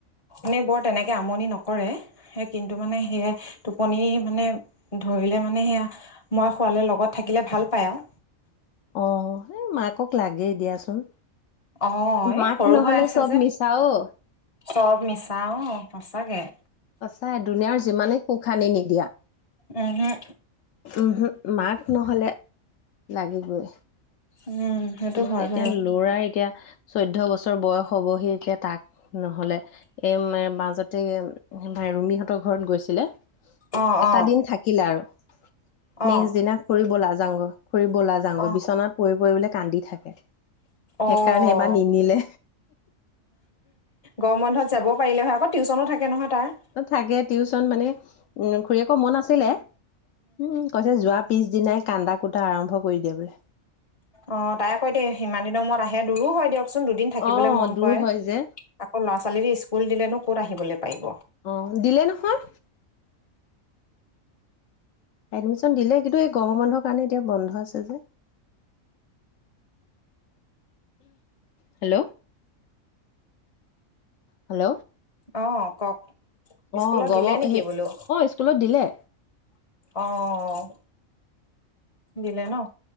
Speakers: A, on the left; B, on the left.
A: এনে বৰ তেনেকে আমনি নকৰে। সে কিন্তু মানে সেয়াই টোপনি মানে ধৰিলে মানে সেয়া মই শোৱালে লগত থাকিলে ভাল পায় আৰু।
B: অ', এই মাকক লাগেই দিয়াচোন
A: অঁ এই
B: মাক
A: সৰু
B: নহ'লে
A: হৈ আছে
B: চব
A: যে
B: মিছা অ'।
A: চব মিছা অ', সঁচাকে।
B: সঁচাই দুুনীয়াৰ যিমানে সুখ আনি নিদিয়া।
A: উম হুম।
B: উম হম মাক নহ'লে লাগিবই।
A: উম। সেইটো
B: আমাৰ
A: হয়
B: এতিয়া
A: বাৰু
B: লৰাই এতিয়া চৈধ্য বছৰ বয়স হবহি এতিয়া তাক নহ'লে এ মাজতে ৰুমিহঁতৰ ঘৰত গৈছিলে।
A: অঁ
B: এটা
A: অঁ
B: দিন থাকিলে আৰু।
A: অঁ
B: নেক্সট দিনা খুৰি বলা যাংগৈ খুৰিবলা যাংগৈ
A: অঁ
B: বিচনাত পৰি, পৰি বোলে। কান্দি থাকে
A: অঁ
B: সেইকাৰণে এবাৰ নিনিলে।
A: গৰম বন্ধত যাব পাৰিলে হয় আকৌ টিউচনো থাকে নহয় তাৰ।
B: থাকে টিউচন মানে উম খুৰীয়েকৰ মন আছিলে উম কৈছে যোৱা। পিছ দিনাই কান্দা কুটা আৰম্ভ কৰি দিয়ে বোলে।
A: অ', তাই কয় দেই ইমান দিনৰ মূৰত আহে দূৰো হয় দিয়কচোন দুদিন থাকিবলৈ
B: অ
A: মন
B: দূৰ
A: কৰে।
B: হয় যে
A: আকৌ ল'ৰা ছোৱালী স্কুল দিলেনো ক'ত আহিবলৈ পাৰিব।
B: অ', দিলে নহয়। এডমিশ্যন দিলে কিন্তু এই গৰম বন্ধৰ কাৰণে এতিয়া বন্ধ আছে যে হেল্ল, ' হেল্ল'।
A: অ' কওঁক,
B: অ
A: স্কুলত
B: গৰমৰ
A: দিলে নেকি
B: সেই
A: বোলো?
B: অ স্কুলত দিলে
A: অ' দিলে ন'।